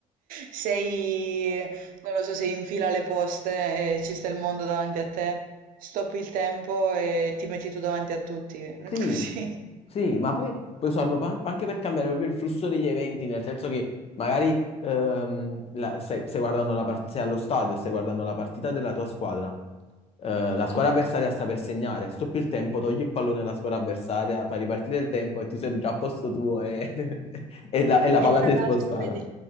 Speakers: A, on the right (about 80°); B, on the left (about 45°).
A: Sei, non lo so, sei in fila alle poste e ci sta il mondo davanti a te, stoppi il tempo e ti metti tu davanti a tutti, <laughs>
B: Sì,
A: così.
B: sì, ma poi puoi usarlo pa- anche per cambiare proprio il flusso degli eventi, nel senso che magari ehm, la- se, se guardano la part- se allo stadio, stai guardando la partita della tua squadra, eh,
A: Mhm.
B: la squadra avversaria sta per segnare, stoppi il tempo, togli il pallone alla squadra avversaria, fai ripartire il tempo e tu sei già a posto tuo e, <laughs> e la, e la palla
A: E tra
B: si è
A: l'altro
B: spostata.
A: vedi,